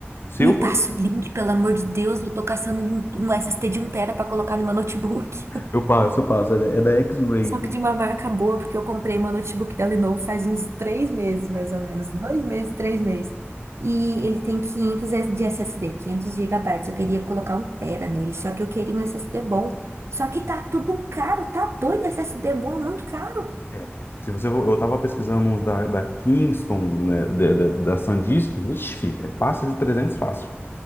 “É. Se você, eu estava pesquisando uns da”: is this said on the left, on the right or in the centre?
Left